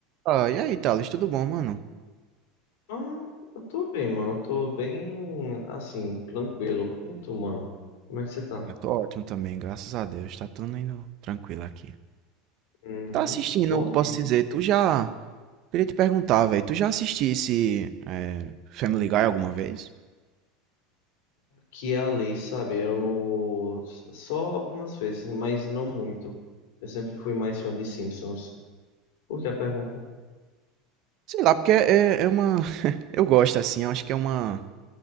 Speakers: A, on the right (about 55°); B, on the left (about 75°).
A: Ah, e aí, Thales, tudo bom, mano?
B: Mano, eu tô bem, mano. Eu tô bem, assim, tranquilo. E tu, mano? Como é que você tá?
A: Cara, eu tô ótimo também, graças a Deus, tá tudo indo tranquilo aqui.
B: Uhum.
A: Tá assistindo,
B: Bom
A: o que
B: ouvir.
A: posso dizer? Tu já. Queria te perguntar, velho, tu já assistisse é, Family Guy alguma vez?
B: Aqui e ali, sabe? Eu só algumas vezes, mas não muito. Eu sempre fui mais fã de Simpsons. Por que a pergunta?
A: Sei lá, porque é, é é uma. <laughs> Eu gosto, assim, eu acho que é uma.